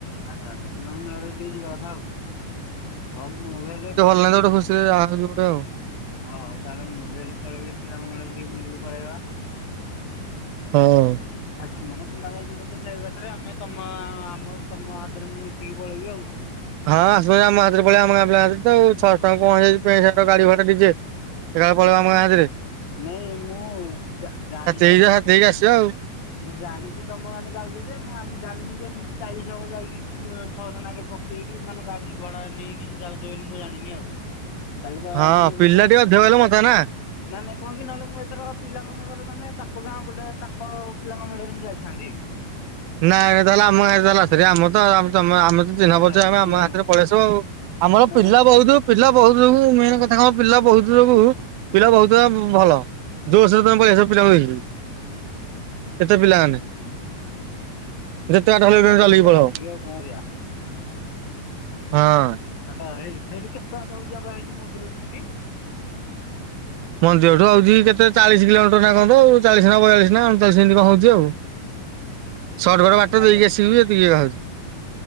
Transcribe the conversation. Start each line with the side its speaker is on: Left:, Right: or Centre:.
Left: ଆଚ୍ଛା ଆଚ୍ଛା ପିଲଣ ମରେ ଟିକ ଯିବା କଥା ଆଉ ଘରୁ ମୁଁ ବି ହେଲେ
Right: ଖୁସି। ଆହୁଛି ଗୋଟେ ଆଉ
Left: ହଉ ହଉ ତାହେଲେ ମୁଁ ବି ହେଲେ ପଳେଇବି ପିଲାଙ୍କ ମଣ୍ଡରେ ଟିକେ ବୁଲିକି ପଳେଇବା
Right: ହଁ।
Left: ଆଉ ସେମାନେ ପିଲାବେ ଯିବେ ତ ସେ ବାଟରେ ଆମେ ତମ ଆମ ତମ ହାତରେ ମୁଁ ମିଶିକି ପଳେଇବି ଆଉ କଣ?
Right: ହଁ ଶୁଇବା ଆମ ହାତରେ ପଳଆ ଆମ ପିଲାଙ୍କ ହରେ ଛଅଶ ଟଙ୍କା ପହଞ୍ଚେଇ ପେଣ୍ଟ ସାର୍ଟ ଗାଡି ଭଡା ଡିଜେ ଏକାବେଳେ ପଳେଇ ଆମ ସାଥିରେ।
Left: ନାଇଁ ମୁଁ ଜାଣିକି
Right: ହେଇକି
Left: ଆମ
Right: ଯାଅ
Left: ଗାଁ
Right: ସାଥି ହେଇକି ଆସିବ ଆଉ।
Left: ମୁଁ ଜାଣିଛି ତମ ମାନେ ଯାଉଛ ଯେ ମୁଁ ଆମ ଜାଣିିନି ଯେ ଏମିତି ଚାଳିଶ ହବ ଯାଇକି ଛଅଶହ ଟଙ୍କେ ହ ବମ ସେଇଠି ମାନେ ଗାଡି ଭଡା ନେଇକି ଯାଉଛ ବୋଲି ମୁଁ ଜାଣିନି ଆଉ? ତାହେଲେ ତ
Right: ହଁ
Left: ମୁଁ
Right: ପିଲା
Left: ବି
Right: ଟିକେ ଅଧିକ କହିଲେ ମଜା ନା।
Left: ନା ନାଇଁ କୁହ କି ନହେଲେ ମୁଁ ଏଥର ପିଲାଙ୍କ ମେଳରେ ମାନେ ତାଙ୍କ ଗାଁ ଗୋଟେ ତାଙ୍କ ପିଲାଙ୍କ ମେଳରେ ମୁଁ ଯାଇଥାନ୍ତି।
Right: ନାଁ ଏମିତି ହେଲା ମୁଁ ଏମିତି ହେଲା ଶେ ଆମର ତ ତମେ ଆମେ ତ। ଚିହ୍ନା
Left: ଆଚ୍ଛା
Right: ପରିଚୟ
Left: ଆଚ୍ଛା
Right: ଆମେ ଆମ
Left: ମୁଁ
Right: ହାତରେ ପଳେଇ ଆସିବ ଆମର
Left: ନା
Right: ପିଲା
Left: ନା ମୁଁ
Right: ବହୁତ ପିଲା ବହୁତୁ ଯୋଗୁଁ ମେନ୍ କଥା କଣ ପିଲା ବହୁତ ଯୋଗୁଁ ପିଲା ବହୁତ ଜଗା ଭଲ। ଜୋସରେ ତମ ପଲେଇଆସ ପିଲାଙ୍କୁ ନେଇକି କେତେ ପିଲାମାନେ? ଯେତେ ବାଟ
Left: ହଁ
Right: ହେଲେ ତମେ
Left: ତାହେଲେ
Right: ଚାଲିକି
Left: ଯିବା
Right: ପଳେଇବ
Left: ମିଶିକି ଆଉ କଣ କରିବା?
Right: ହଁ।
Left: ଆଚ୍ଛା ହେଇ ହେଇଠୁ କେତେ ବାଟ ହଉଛି ଆମ ହେଇଠି ମନ୍ଦିରକୁ ଯିବି?
Right: ମନ୍ଦିରଠୁ ହଉଛି କେତେ ଚାଳିଶ କିଲୋମିଟର ନା କଣ ତ ଆଉ ଚାଳିଶ ନା ବୟାଳିଶି ନା ଅଣଚାଳିଶି ଏମିତି କଣ ହଉଛି ଆଉ?
Left: ଆଚ୍ଛା ଆଚ୍ଛା।
Right: ସଟକଟ ବାଟ
Left: ଆଉ
Right: ଦେଇକି ଆସିଲୁ ଯେ ଏତିିକିହଉଛି।